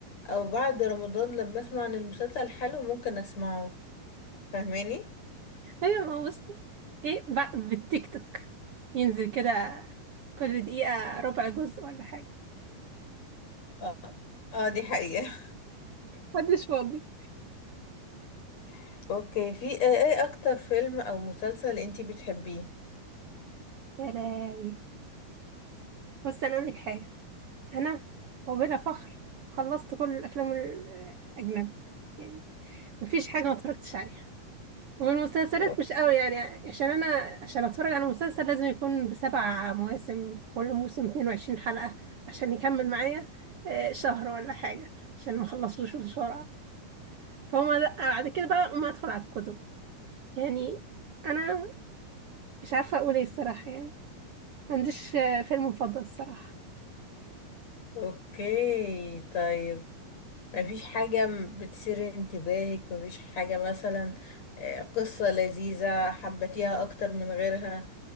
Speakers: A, on the left (about 45°); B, on the right (about 80°).
A: او بعد رمضان لما اسمع عن المسلسل حلو ممكن اسمعه فاهماني
B: ايوه ما هو بصي ايه بقى بالتيك توك ينزل كده كل دقيقة ربع جزء ولا حاجة
A: اه اه دي حقيقة
B: محدش فاضي
A: <laughs> اوكي في ايه إيه اكتر فيلم او مسلسل انتي بتحبيه
B: يا لهوي بس انا اقول لك حاجة انا وبلا فخر خلصت كل الافلام الاجنبي يعني مفيش حاجة ما اتفرجتش عليها والمسلسلات
A: اوكي
B: مش قوي يعني عشان انا عشان اتفرج على مسلسل لازم يكون بسبع مواسم كل موسم 22 حلقة عشان يكمل معايا آه، شهر ولا حاجة عشان ما اخلصوش بسرعة فهم لأ، بعد كده بقى ما ادخل على الكتب يعني انا مش عارفة اقول ايه الصراحة يعني ما عنديش آه، فيلم مفضل الصراحة
A: اوكي طيب مفيش حاجة م- بتثير انتباهك مفيش حاجة مثلا آه، قصة لذيذة حبتيها اكتر من غيرها